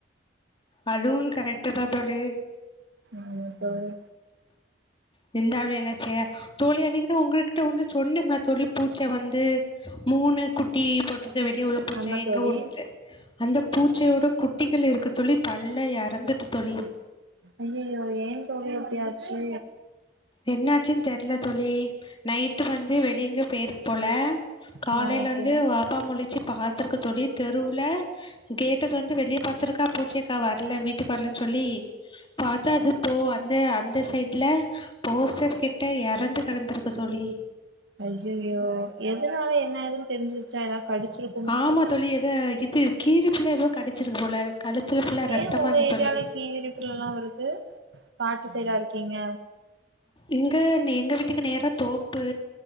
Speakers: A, on the left; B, on the right.
A: அதுவு கரெக்ட் தா தோழி
B: ஆமா தோழி
A: இருந்தாலு என்னாச்ச தோழி அன்னைக்கு தா உங்ள்கிட்ட வந்து சொன்னம்னா தோழி பூச்சை வந்து மூணு குட்டி சோட்ருக்கு வெளிய உள்ள பூச்ச
B: ஆமா
A: எங்க
B: தோழி
A: வோடு அந்த பூச்சையோட குட்டிகள் இருக்கு தோழி கல்ல இறந்துட்டு தோழி
B: ஐயையோ ஏ தோழி அப்டியாச்சு
A: என்னாச்சுன் தெரில தோழி நைட்டு வந்து வெளிய எங்கயோ போயிருக்கு போல காலைல
B: ஆ ஓகே
A: வந்து வாப்பா முழிச்சு பாத்துருக்கு தோழி தெருவுல கேட்ட தொறந்து வெளிய பாத்துருக்கா பூச்சைக்கா வரல வீட்டுக்கு வரலன் சொல்லி பா தா அது போ அந்த அந்த சைட்ல போஸ்டர் கிட்ட இறந்து கிடந்திருக்கு தோழி
B: ஐயையோ எதுனால என்ன ஏதுன் தெரிஞ்சுருச்சா எதாவது கடிச்சிரு
A: ஆமா தோழி எதோ இது கீரிப்புள்ள எதோ கடிச்சிருக்கு போல கழுத்துல ஃபுல்லா ரத்தமா
B: ஏ உங்க
A: இருந்து
B: ஏரியால
A: தோழி
B: கீரிப்புல்லலா வருது பாட்டு சைடா இருக்கீங்க
A: இங்க எங்க வீட்டுக்கு நேரா தோப்பு